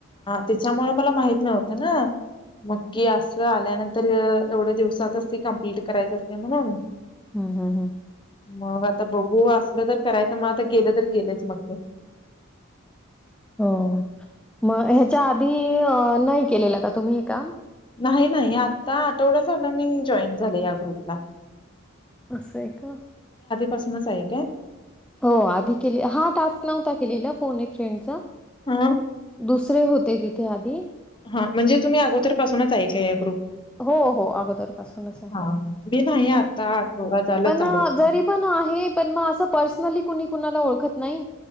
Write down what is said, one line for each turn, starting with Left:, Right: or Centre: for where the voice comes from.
Left: तेच्यामुळे मला माहित नव्हतं ना. मग की असं आल्यानंतर एवढ्या दिवसातच ते कंप्लीट करायचं असतय म्हणून.
Centre: हूं हूं हूं.
Left: मग आता बघू असलं तर करायचं. मग आता गेलं तर गेलच मग ते
Centre: हं. मग ह्याच्या आधी अं नाही. केलेलं का तुम्ही हे काम?
Left: नाही, नाही आता आठवडा झालं मी जॉईन झाले या ग्रुपला.
Centre: असंय का?
Left: पसनच आहे काय?
Centre: हो आधी केले. हा टास्क नव्हता केलेला फोन ए फ्रेंडचा.
Left: हा
Centre: दुसरे होते तिथे आधी.
Left: हां, म्हणजे तुम्ही अगोदरपासूनच आहे काय?
Centre: हो हो अगोदर पासूनच आहे.
Left: हा मी नाही आता आठवडा झाला
Centre: पण
Left: चालू करून
Centre: जरी पण आहे पण मग अस पर्सनली कुणी कुणाला ओळखत नाही?